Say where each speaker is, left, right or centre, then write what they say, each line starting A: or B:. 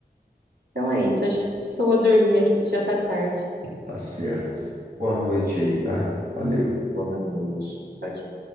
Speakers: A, on the right; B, on the right.
A: então é isso. Acho que eu vou dormir aqui que já tá tarde.
B: Tá certo. Boa noite aí, tá? Valeu.
A: Boa noite. Tchau, tchau.